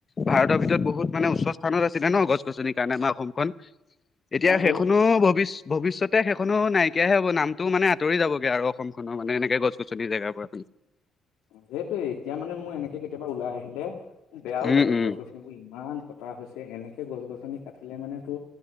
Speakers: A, on the left (about 35°); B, on the left (about 85°).
A: ভাৰতৰ বহুত মানে উচ্চ স্থানত আছিলে ন গছ গছনিৰ কাৰণে আমাৰ অসমখন এতিয়া
B: অ
A: সেইখনো
B: তো
A: ভৱিষ্য- ভৱিষ্যতে সেইখনো নাইকিয়াহে হ'ব নামটো মানে আতৰি যাব গে আৰু অসমখনৰ মানে এনেকে গছ চুটি জেগা পৰা
B: সেইটোয়ে এতিয়া মানে মোৰ এনেকে কেতিয়াবা ওলাই আহিলে মোক বেয়াও
A: উম,
B: লাগে
A: উম,
B: গছ গছিনিবোৰ ইমান কটা হৈছে এনেকে গছ গছনি কাটিলে মানে তো